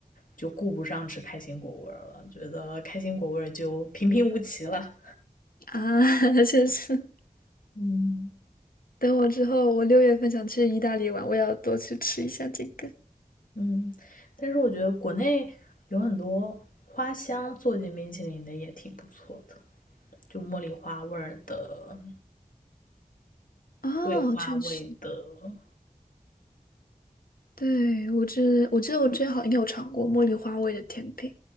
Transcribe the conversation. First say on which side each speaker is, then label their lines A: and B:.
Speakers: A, on the left (about 70°); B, on the left (about 85°).
A: 就顾不上吃开心果味儿了，觉得开心果味儿就平平无奇了。
B: 啊，<laughs> 确实，
A: 嗯，
B: 等我之后，我六月份想去意大利玩，我要多去吃一下这个。
A: 嗯，但是我觉得国内有很多花香做进冰淇淋的也挺不错的，就茉莉花味儿的、
B: 哦，
A: 桂花味的，
B: 确实，对，我记，我记得我之前好像应该有尝过茉莉花味的甜品，